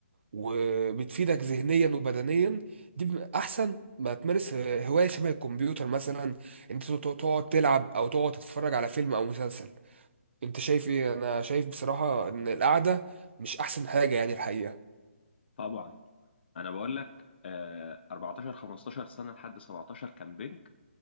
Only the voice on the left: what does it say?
طبعا انا بقول لك آه 14 15 سنه لحد 17 كان بنج